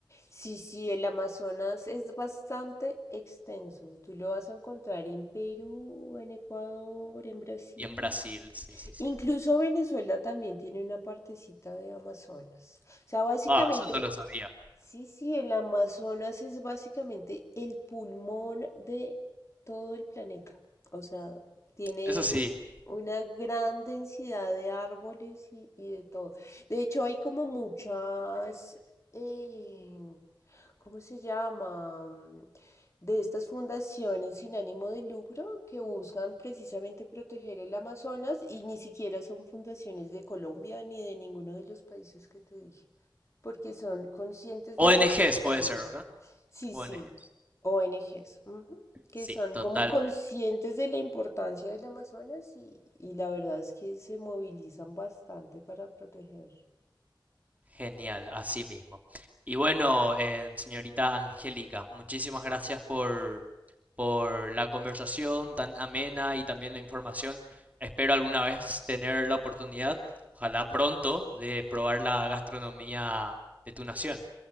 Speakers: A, on the left; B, on the right.
A: Sí, sí, el Amazonas es bastante extenso. Tú lo vas a encontrar en Perú, en Ecuador, en Brasil.
B: y en Brasil, sí, sí, sí.
A: Incluso Venezuela también tiene una partecita de Amazonas. O sea, básicamente,
B: Ah, eso no lo sabía.
A: sí, sí, el Amazonas es básicamente el pulmón de todo el planeta. O sea, tiene
B: Eso sí.
A: una gran densidad de árboles y, y de todo. De hecho, hay como muchas, eh, ¿cómo se llama? Mm, De estas fundaciones sin ánimo de lucro que buscan precisamente proteger el Amazonas y ni siquiera son fundaciones de Colombia ni de ninguno de los países que te dije, porque son conscientes
B: ONGs
A: de lo importante.
B: puede ser, ¿verdad?
A: Sí,
B: ONGs.
A: sí, ONGs que
B: Sí,
A: son
B: totalmente.
A: como conscientes de la importancia del Amazonas y, y la verdad es que se movilizan bastante para proteger.
B: Genial, así mismo. Y bueno, eh, señorita Angélica, muchísimas gracias por, por la conversación tan amena y también la información. Espero alguna vez tener la oportunidad, ojalá pronto, de probar la gastronomía de tu nación.